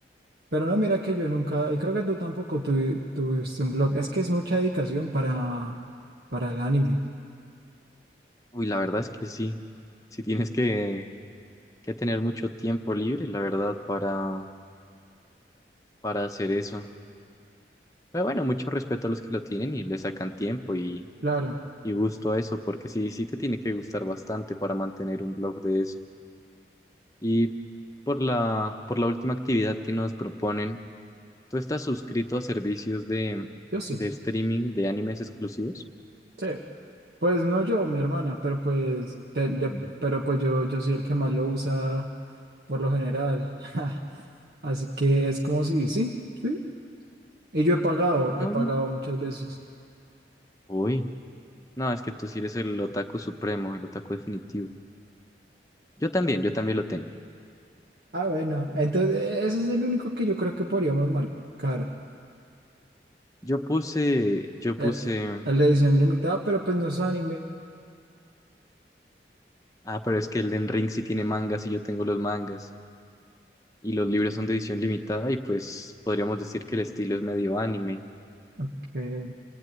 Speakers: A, on the right; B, on the left.
A: Pero no, mira que yo nunca, y creo que tú tampoco tuvi- tuviste un blog. Es que es mucha dedicación para, para el anime.
B: Uy, la verdad es que sí. si tienes que, que tener mucho tiempo libre, la verdad, para, para hacer eso. Pero bueno, mucho respeto a los que lo tienen y le sacan tiempo y,
A: Claro,
B: y gusto a eso, porque sí, sí te tiene que gustar bastante para mantener un blog de eso. Y por la, por la última actividad que nos proponen, ¿tú estás suscrito a servicios de,
A: yo sí.
B: de streaming de animes exclusivos?
A: Sí. Pues no yo, mi hermana, pero pues, de- de-
B: Mm.
A: pero pues yo, yo soy el que más lo usa por lo general. <laughs> Así que es como si, sí, sí. Y yo he pagado,
B: Está
A: he pagado
B: muy bien.
A: muchas veces.
B: Uy, no, es que tú sí eres el otaku supremo, el otaku definitivo. Yo también, yo también lo tengo.
A: Ah, bueno, entonces e- ese es el único que yo creo que podríamos marcar.
B: Yo puse, yo
A: el
B: puse,
A: la edición limitada, pero pues no es anime.
B: ah, pero es que Elden Ring sí tiene mangas y yo tengo los mangas. Y los libros son de edición limitada y pues podríamos decir que el estilo es medio anime.
A: Ok.